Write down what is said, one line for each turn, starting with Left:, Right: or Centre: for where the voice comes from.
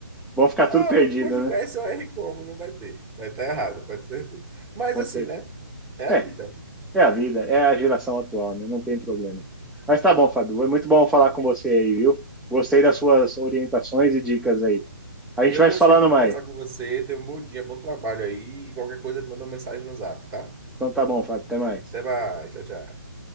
Centre: Vão ficar
Right: Ah,
Centre: tudo perdido,
Right: vamos conjugar
Centre: né?
Right: esse OR como? Não vai ter. Vai estar errado, pode ter certeza. Mas
Centre: Com
Right: assim,
Centre: certeza.
Right: né? É a
Centre: É,
Right: vida, né?
Centre: é a vida, é a geração atual, né? Não tem problema. Mas tá bom, Fábio. Foi muito bom falar com você aí, viu? Gostei das suas orientações e dicas aí. A
Right: Eu
Centre: gente vai
Right: gostei
Centre: se falando
Right: de
Centre: mais.
Right: conversar com você. Tenha um bom dia, bom trabalho aí. Qualquer coisa, me manda uma mensagem no zap, tá?
Centre: Então tá bom, Fábio. Até mais.
Right: Até mais. Tchau, tchau.